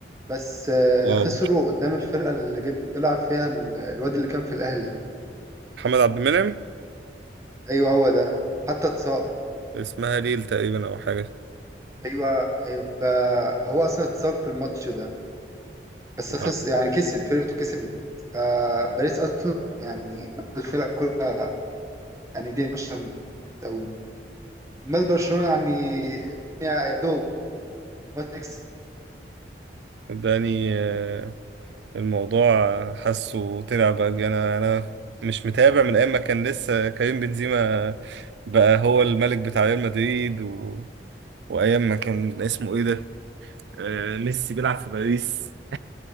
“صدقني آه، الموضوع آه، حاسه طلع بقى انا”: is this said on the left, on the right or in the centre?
Right